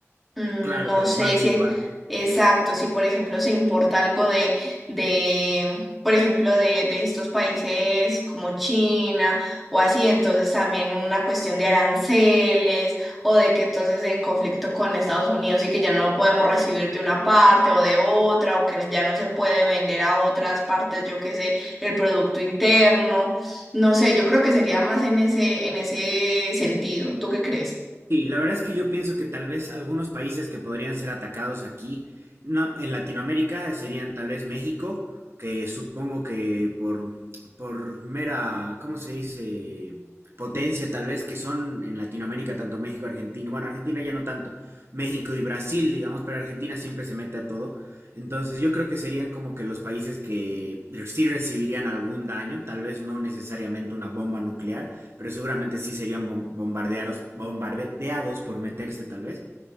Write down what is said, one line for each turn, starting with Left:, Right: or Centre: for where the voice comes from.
Centre: Mm,
Right: claro,
Centre: no
Right: tal
Centre: sé
Right: cual,
Centre: si,
Right: tal cual.
Centre: exacto, si por ejemplo se importa algo de, de por ejemplo, de, de estos países como China o así, entonces también una cuestión de aranceles o de que entonces en conflicto con Estados Unidos y que ya no podemos recibir de una parte o de otra o que ya no se puede vender a otras partes, yo qué sé el producto interno, no sé, yo creo que sería más en ese, en ese sentido. ¿Tú qué crees?
Right: Sí, la verdad es que yo pienso que tal vez algunos países que podrían ser atacados aquí, no, en Latinoamérica eh, serían tal vez México, que supongo que por, por mera, ¿cómo se dice? Potencia tal vez que son en Latinoamérica tanto México, Argentina, bueno, Argentina ya no tanto, México y Brasil, digamos, pero Argentina siempre se mete a todo. Entonces yo creo que serían como que los países que sí recibirían algún daño, tal vez no necesariamente una bomba nuclear pero seguramente sí serían bom- bombardeados, bombardeados por meterse tal vez.